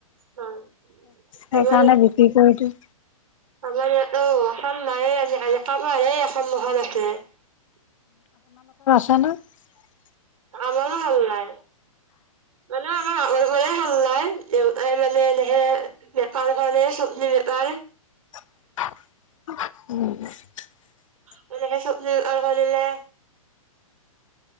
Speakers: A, on the right; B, on the left.
A: হয়
B: সেইকাৰণে
A: আমাৰ
B: বিক্ৰী কৰি দিওঁ।
A: আমাৰ ইয়াত অ অসম নাই আজিকালি কম <unintelligible> সমন্মহন আছে <unintelligible>
B: <inaudible>
A: আমাৰো ভাল নাই মানে আমাৰ আৰৰে ভ <unintelligible> ওলাই দোই মানে এনেহে বেকাৰ এ চব বেকাৰ <unintelligible>
B: <inaudible>
A: মে চপজী <unintelligible> আনিলে